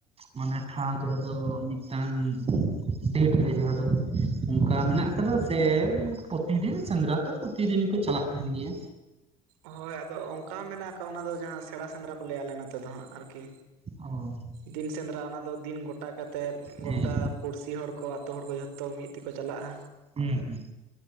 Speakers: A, on the right; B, on the right.
A: ᱢᱟᱱᱮ ᱴᱷᱟᱶ ᱡᱟᱦᱟᱸ ᱫᱚ ᱢᱤᱫᱴᱟᱝ ᱰᱮᱴ ᱨᱮ ᱡᱟᱦᱟᱸ ᱫᱚ ᱚᱱᱠᱟ ᱢᱮᱱᱟᱜ ᱟᱠᱟᱫᱟ ᱥᱮ ᱯᱨᱚᱛᱤᱫᱤᱱ ᱥᱮᱸᱫᱽᱨᱟ ᱛᱚ ᱯᱨᱚᱛᱤᱫᱤᱱᱤ ᱜᱮ ᱠᱚ ᱪᱟᱞᱟᱜ ᱛᱟᱦᱮᱱ ᱜᱮᱭᱟ᱾
B: ᱦᱳᱭ ᱟᱫᱚ ᱚᱱᱠᱟ ᱦᱚ ᱢᱮᱱᱟᱜ ᱟᱠᱟᱜ-ᱟ ᱚᱱᱟ ᱫᱚ ᱡᱟᱦᱟᱸ ᱥᱮᱬᱟ ᱥᱮᱸᱫᱽᱨᱟ ᱠᱚ ᱞᱟᱹᱭᱟ ᱟᱞᱮ ᱱᱚᱛᱮ ᱫᱚ ᱦᱟᱸᱜ ᱟᱨᱠᱤ᱾
A: ᱚ᱾
B: ᱫᱤᱱ ᱥᱮᱸᱫᱽᱨᱟ ᱚᱱᱟ ᱫᱚ ᱫᱤᱱ ᱜᱚᱴᱟ ᱠᱟᱛᱮᱫ
A: ᱦᱮᱸ
B: ᱜᱚᱴᱟ ᱯᱩᱲᱥᱤ ᱦᱚᱲ ᱠᱚ, ᱟᱛᱳ ᱦᱚᱲ ᱠᱚ ᱡᱷᱚᱛᱚ ᱢᱤᱫ ᱛᱮᱠᱚ ᱪᱟᱞᱟᱜᱼᱟ᱾
A: ᱦᱩᱸ ᱦᱩᱸ᱾